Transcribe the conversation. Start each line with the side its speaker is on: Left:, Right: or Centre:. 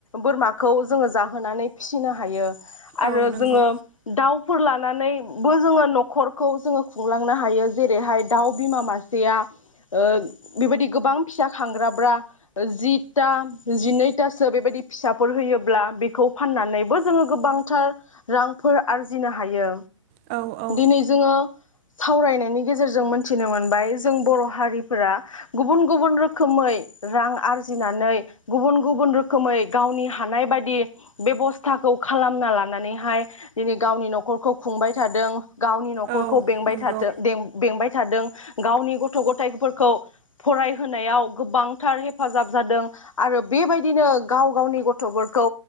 Left: बोरमाखौ जोङो जाहोनानै फिसिनो हायो। आरो
Right: औ नंगौ
Left: जोङो दाउ फोर लानानैबो जोङो न'खरखौ जोङो खुंलांनो हायो जेरैहाय दाउ बिमा मासेया ओ बेबायदि गोबां फिसा खांग्राब्रा जिथा जिनैथासो बेबायदि फिसाफोर होयोब्ला बेखौ फाननानैबो जोङो गोबांथार रांफोर आरजिनो हायो।
Right: औ औ
Left: दिनै जोङो सावरायनायनि। गेजेरजों मोनथिनो मोनबाय जों बर' हारिफोरा गुबुन गुबुन रोखोमै रां आरजिनानै गुबुन गुबुन रोखोमै गावनि हानाय बायदि बेब'स्थाखौ खालामना लानानैहाय दिनै गावनि न'खरखौ खुंबाय थादों। गावनि न'खरखौ
Right: औ
Left: बेंबाय
Right: नंगौ
Left: थाथो बें बेंबाय थादों। गावनि गथ' गथाइफोरखौ फरायहोनायाव गोबांथार हेफाजाब जादों आरो बेबायदिनो गाव गावनि गथ'फोरखौ